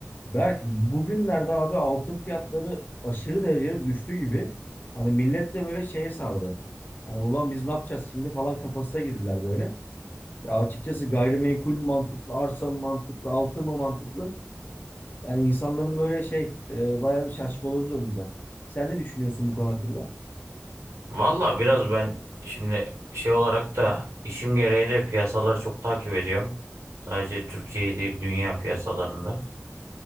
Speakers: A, on the left; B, on the right.
A: Berk bugünlerde abi altın fiyatları aşırı derecede düştü gibi. Hani millet de böyle şeye sardı. Hani ulan biz ne yapacağız şimdi falan kafasına girdiler böyle. Ya açıkçası gayrimenkul mü mantıklı, arsa mı mantıklı, altın mı mantıklı? Yani insanların böyle şey e, bayağı bir şaşkaloz döndüler. Sen ne düşünüyorsun bu konu hakkında?
B: Valla biraz ben şimdi şey olarak da işim gereği de piyasaları çok takip ediyorum. Sadece Türkiye değil dünya piyasalarında.